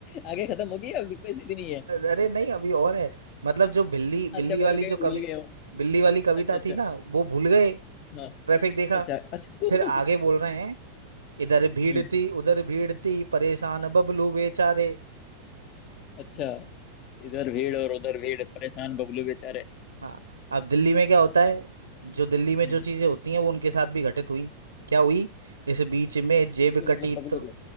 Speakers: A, on the left; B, on the right.
A: आगे खत्म हो गई अभी कोई सीधी नहीं है
B: अरे नहीं अभी और है मतलब जो बिल्ली
A: अच्छा
B: बिल्ली
A: मैं
B: वाली
A: कहीं
B: जो कवि
A: भूल गया हूँ
B: बिल्ली वाली कविता
A: अच्छा अच्छा
B: थी ना वो भूल गए
A: हाँ
B: ट्रैफिक देखा
A: अच्छा अच्छा <laughs>
B: फिर आगे बोल रहे हैं इधर भीड़
A: हम्म
B: थी उधर भीड़ थी परेशान बबलू बेचारे
A: अच्छा इधर भीड़ और उधर भीड़ परेशान बबलू बेचारे
B: हाँ अब दिल्ली में क्या होता है जो दिल्ली में
A: हम्म।
B: जो चीजें होती हैं वो उनके साथ भी घटित हुई क्या हुई इस बीच में जेब
A: किसके
B: कटी
A: मतलब बबलू
B: तो
A: के